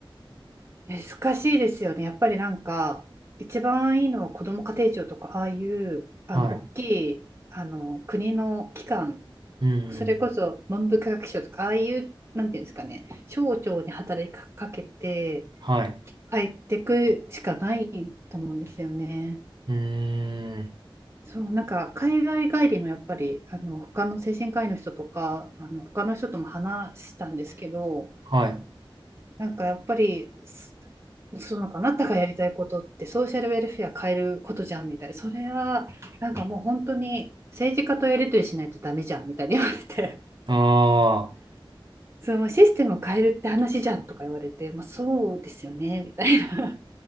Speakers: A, on the right (about 30°); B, on the right (about 55°).
A: 難しいですよね。やっぱりなんか一番いいのは子ども家庭庁とかああいうあの大きいあの国の機関
B: はい。うんうん。
A: それこそ文部科学省とかああいうなんていうんですかね省庁に働きかけて
B: はい。
A: 入ってくしかないと思うんですよね。
B: うーん。
A: そう、なんか海外帰りのやっぱりあの他の精神科医の人とかあの他の人とも話したんですけど
B: はい。
A: なんかやっぱりすそのかあなたがやりたいことってソーシャルウェルフェア変えることじゃんみたいなそれはなんかもう本当に政治家とやり取りしないとダメじゃんみたいに言われて <laughs>
B: ああ。
A: そのシステムを変えるって話じゃんとか言われて、まあ、そうですよねみたいな